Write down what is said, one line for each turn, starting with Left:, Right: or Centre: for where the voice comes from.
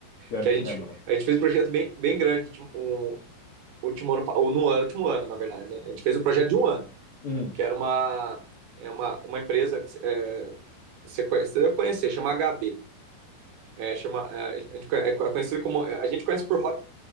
Left: Pior
Right: Que
Left: que
Right: a gente,
Left: é, mano.
Right: a gente fez um projeto bem, bem grande, tipo, um, último ano, pa- ou no ano- último ano, na verdade, né? A gente fez um projeto de um ano,
Left: Uhum.
Right: que era uma, é uma, uma empresa que é, você, conhece- você deve conhecer, chama HB. É, chama, é, a gente conhe- é conhecido como. A gente conhece por Hot